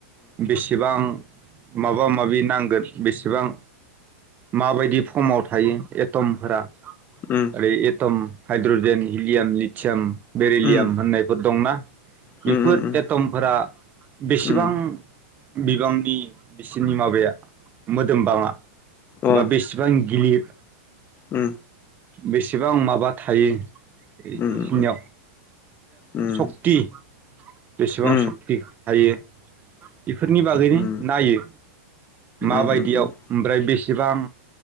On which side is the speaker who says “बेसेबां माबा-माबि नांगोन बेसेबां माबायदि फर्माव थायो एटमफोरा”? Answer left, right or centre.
Right